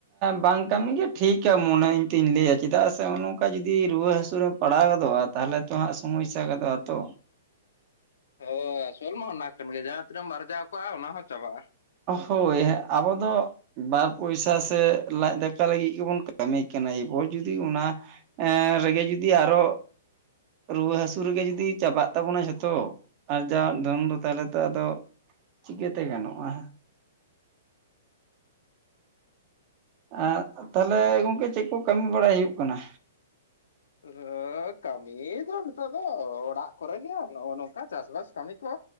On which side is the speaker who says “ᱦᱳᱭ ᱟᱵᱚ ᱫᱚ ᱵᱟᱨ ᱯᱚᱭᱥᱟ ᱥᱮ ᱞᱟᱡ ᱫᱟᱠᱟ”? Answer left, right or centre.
Right